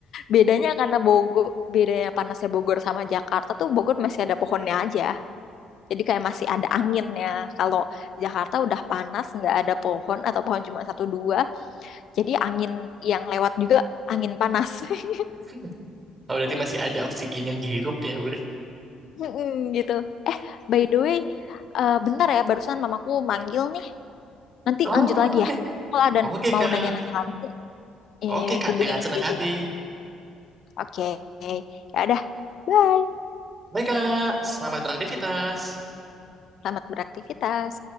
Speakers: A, on the left (about 65°); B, on the right (about 30°).
A: Bedanya karena Bogor, bedanya panasnya Bogor sama Jakarta tuh Bogor masih ada pohonnya aja. Jadi kayak masih ada anginnya. Kalau Jakarta udah panas, nggak ada pohon atau pohon cuma satu dua. Jadi angin yang lewat juga angin panas. <laughs>
B: <laughs> Oh, berarti masih ada oksigen yang dihirup ya, Bur.
A: Mm-mm, gitu. Eh, by the way, eh, bentar ya, barusan mamaku manggil nih. Nanti
B: Oh,
A: lanjut lagi
B: oke.
A: ya. Kalau ada
B: Oke, Kak.
A: mau nanya-nanya lagi, eh,
B: Oke, Kak.
A: hubungin
B: Dengan
A: lagi
B: senang
A: aja.
B: hati.
A: Oke, ya udah. Bye.
B: Baik, Kak. Selamat beraktivitas.
A: Selamat beraktivitas.